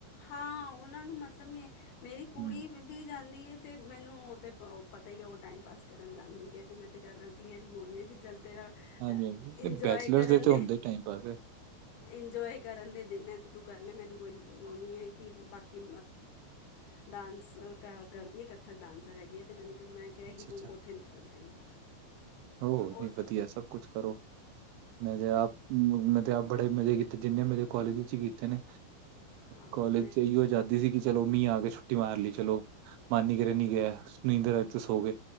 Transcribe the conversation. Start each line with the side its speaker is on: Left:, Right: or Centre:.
Left: ਹਾਂ ਉਹਨਾਂ ਨੂੰ ਮਤਲਬ ਨੀ ਐ ਮੇਰੀ ਕੁੜੀ
Right: ਹੂੰ
Left: ਵੀ ਜਾਂਦੀ ਐ ਤੇ ਮੈਨੂੰ ਉਹ ਤੇ ਪਤਾ ਈ ਉਹ ਟਾਈਮ ਪਾਸ ਕਰਨ ਜਾਂਦੀ ਐ ਤੇ ਮੈਂ ਤੇ <unintelligible> ਕਲੀਅਰ ਹੀ ਬੋਲਦੀ ਆ ਕਿ ਚੱਲ ਤੇਰਾ
Right: ਹਾਂਜੀ ਹਾਂਜੀ
Left: ਇੰਜੋਏ
Right: ਬੈਚਲਰਸ
Left: ਕਰਨ
Right: ਦੇ ਤੇ ਹੁੰਦੇ ਈ ਟਾਈਮ ਪਾਸ।
Left: ਇੰਜੋਏ ਕਰਨ ਦੇ ਦਿਨ ਐ ਤੇ ਤੂੰ ਕਰ ਲੈ ਮੈਨੂੰ ਕੋਈ ਓ ਨੀ ਐ ਕਿ ਬਾਕੀ ਡਾਂਸ ਕ ਕਰਦੀ ਐ ਕੱਥਕ ਡਾਂਸਰ ਹੈਗੀ ਐ ਤੇ ਮੈਨੂੰ ਕਿ ਮੈਂ ਕਿਹਾ
Right: ਅੱਛਾ-ਅੱਛਾ
Left: ਕਿ ਤੂੰ ਉੱਥੇ ਨਿਕਲ ਜਾਏਗੀ।
Right: ਓ
Left: ਉਹ
Right: ਨਹੀਂ ਵਧੀਆ ਸਭ ਕੁਛ ਕਰੋ। ਮੈਂ ਤੇ ਆਪ ਮੈਂ ਤੇ ਆਪ ਬੜੇ ਮਜ਼ੇ ਕੀਤੇ ਜਿੰਨੇ ਮਜ਼ੇ ਕਾਲਜ ਵਿੱਚ ਕੀਤੇ ਨੇ।
Left: ਹਾਂ
Right: ਕਾਲਜ
Left: ਮੈਂ
Right: ਚ ਇਹੀਓ ਆਜਾਦੀ ਸੀ ਕਿ ਚਲੋ ਮੀਂਹ ਆ ਗਿਆ ਛੁੱਟੀ ਮਾਰ ਲਈ ਚਲੋ ਮਨ ਨੀ ਕਰਿਆ ਨੀ ਗਿਆ ਨੀਂਦਰ ਆਈ ਤੇ ਸੋ ਗਏ।